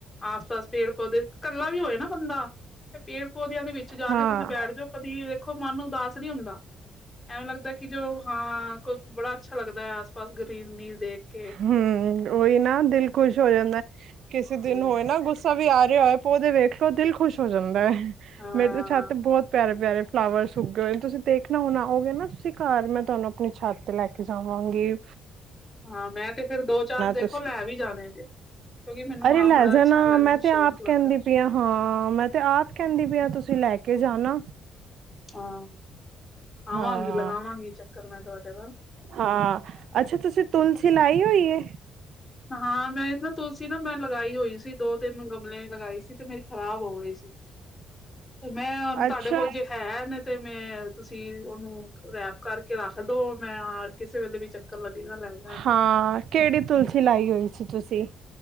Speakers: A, on the left (about 20°); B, on the right (about 70°).
A: ਆਸ ਪਾਸ ਪੇੜ ਪੌਦੇ ਇਕੱਲਾ ਵੀ ਹੋਏ ਨਾ ਬੰਦਾ ਤੇ ਪੇੜ ਪੌਦਿਆਂ ਦੇ ਵਿੱਚ ਜਾ
B: ਹਾਂ
A: ਕੇ ਤੁਸੀਂ ਬੈਠ ਜਾਓ ਕਦੀ ਦੇਖੋ ਮਨ ਨੂੰ ਉਦਾਸ ਨਹੀਂ ਹੁੰਦਾ ਐਵੇਂ ਲੱਗਦਾ ਕਿ ਜੋ ਹਾਂ ਕੋਈ ਬੜਾ ਅੱਛਾ ਲੱਗਦਾ ਹੈ ਆਸ ਪਾਸ ਗਰੀਨ ਰੀਦੇ ਦੇਖ ਕੇ
B: ਹਮ ਉਹੀ ਨਾ ਦਿਲ ਖੁਸ਼ ਹੋ ਜਾਂਦਾ ਕਿਸੇ ਦਿਨ
A: ਹਮ
B: ਹੋਏ ਨਾ ਗੁੱਸਾ ਵੀ ਆ ਰਿਹਾ ਹੋਏ ਪੋਦੇ ਵੇਖ ਲਓ ਦਿਲ ਖੁਸ਼ ਹੋ ਜਾਂਦਾ ਹੈ
A: ਹਾਂ
B: ਮੇਰੀ ਛੱਤ ਬਹੁਤ ਪਿਆਰੇ ਪਿਆਰੇ ਫਲਾਵਰਸ ਉਗੇ ਹੋਏ ਤੁਸੀਂ ਦੇਖਣਾ ਹੋਣ ਆਓਗੇ ਨਾ ਤੁਸੀਂ ਘਰ ਮੈਂ ਤੁਹਾਨੂੰ ਆਪਣੀ ਛੱਤ ਤੇ ਲੈ ਕੇ ਕੇ ਜਾਵਾਂਗੇ
A: ਹਾਂ ਮੈਂ ਤੇ ਫੇਰ ਦੋ ਚਾਰ ਦੇਖੋ
B: ਤੁਸੀਂ
A: ਲੈ ਵੀ ਜਾਣੇਜੇ ਕਿਉਂਕਿ ਮੈਨੂੰ
B: ਅਰੇ
A: ਆਪ
B: ਲੈ
A: ਬੜਾ
B: ਜਾਣਾ
A: ਅੱਛਾ ਲੱਗਦਾ
B: ਮੈਂ ਤੇ
A: ਸ਼ੌਂਕ
B: ਆਪ ਕਹਿੰਦੀ
A: ਲੱਗਦਾ
B: ਹਾਂ ਮੈਂ ਤੇ ਆਪ ਕਹਿੰਦੀ ਵੀ ਆ ਤੁਸੀਂ ਲੈ ਕੇ ਜਾਣਾ
A: ਹਾਂ ਆਵਾਂਗੀ
B: ਹਾਂ
A: ਲਗਾ ਵਾਂਗੀ ਚੱਕਰ ਮੈਂ ਤੁਹਾਡੇ ਵਾਰ
B: ਹਾਂ ਅੱਛਾ ਤੁਸੀਂ ਤੁਲਸੀ ਲਾਈ ਹੋਈਏ
A: ਹਾਂ ਮੈਂ ਨਾ ਤੁਲਸੀ ਨਾ ਮੈਂ ਲਗਾਈ ਹੋਈ ਸੀ ਦੋ ਤਿੰਨ ਗਮਲਿਆਂ ਚ ਲਗਾਈ ਸੀ ਤੇ ਮੇਰੀ ਖ਼ਰਾਬ ਹੋ ਗਈ ਸੀ ਤੇ ਮੈਂ
B: ਅੱਛਾ
A: ਤੁਹਾਡੇ ਕੋਲ ਜੇ ਹੈ ਨੇ ਤੇ ਮੈਂ ਤੁਸੀਂ ਉਹਨੂੰ ਰੈਪ ਕਰਕੇ ਰੱਖਦੋ ਮੈਂ ਕਿਸੇ ਵੇਲੇ ਵੀ ਚਕਰ ਲੱਗੇਗਾ ਲੈ ਜਾਵਾਂਗੀ
B: ਹਾਂ ਕਿਹੜੀ ਤੁਲਸੀ ਲਾਈ ਹੋਈ ਸੀ ਤੁਸੀਂ